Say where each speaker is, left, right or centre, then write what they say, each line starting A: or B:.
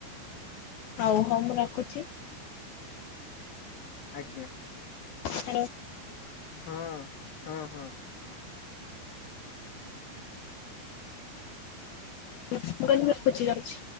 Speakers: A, on the left; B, on the left.
A: ହଉ ହଉ ମୁଁ ରଖୁଚି।
B: ଆଜ୍ଞା।
A: ହାଲୋ।
B: ହଁ ହଁ ହଁ।
A: ମୁଁ କହିଲି ରଖୁଚି ଯାଉଚି।